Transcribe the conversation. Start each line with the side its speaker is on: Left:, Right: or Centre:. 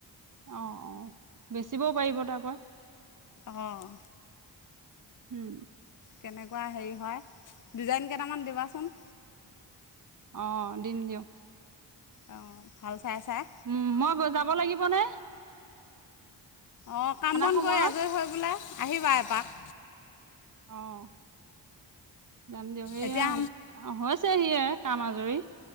Right: অ' অ' বেচিবও পাৰিব তাৰপৰা।
Left: অঁ।
Right: উম্।
Left: কেনেকুৱা হেৰি হয় দিজাইন। কেইটামান দিবাচোন।
Right: অ' দিম দিয়ক।
Left: অ' ভাল। চাই চাই
Right: উম মই যাব লাগিব। নে
Left: অঁ, কাম বন
Right: সময়ত
Left: কৰি আজৰি হৈ পেলাই। আহিবা এপাক।
Right: অ'। যাম দিয়ক। এইয়া
Left: এতিয়া
Right: অ' হৈছে। ছেহিয়ে কাম আজৰি।